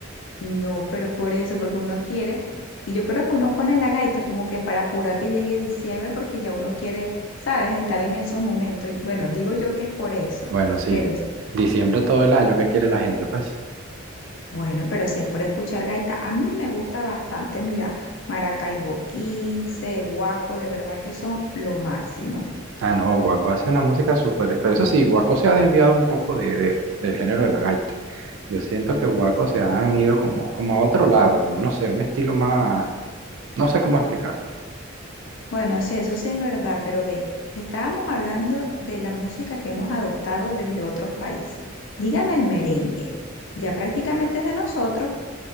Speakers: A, on the left; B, on the right.
A: No, pero por eso, porque uno quiere, y yo creo que uno pone la gaita como que para apurar que llegue diciembre, porque ya uno quiere, ¿sabes?, estar en esos momentos. Bueno, digo yo que es por eso,
B: Bueno, sí.
A: pero s-
B: Diciembre todo el año, ¿qué quiere la gente, pues?
A: bueno, pero si es por escuchar gaita, a mí me gusta bastante, mira, Maracaibo Quince, Guaco, de verdad que son lo máximo.
B: Ah, no, Guaco hace una música súper... Pero eso sí, Guaco se ha desviado un poco de, de- del género de la gaita. Yo siento que Guaco se han ido como, como a otro lado, como no sé, un estilo más... No sé cómo explicarte.
A: Bueno, sí, eso sí es verdad, pero ve, estábamos hablando de la música que hemos adoptado desde otros países. Dígame el merengue, ya prácticamente es de nosotros.